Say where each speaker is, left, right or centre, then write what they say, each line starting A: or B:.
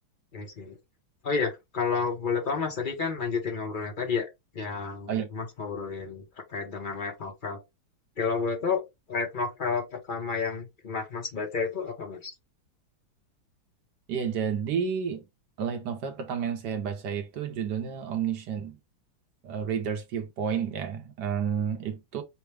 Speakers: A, on the left; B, on the right.
A: Ya sih. Oh iya, kalau boleh tahu Mas tadi kan lanjutin ngobrol yang tadi ya yang
B: Oh iya.
A: Mas ngobrolin terkait dengan light novel Kalau boleh tahu, light novel pertama yang pernah Mas baca itu apa, Mas?
B: Iya, jadi light novel pertama yang saya baca itu judulnya Omniscient eh, Reader's Viewpoint ya. Em, itu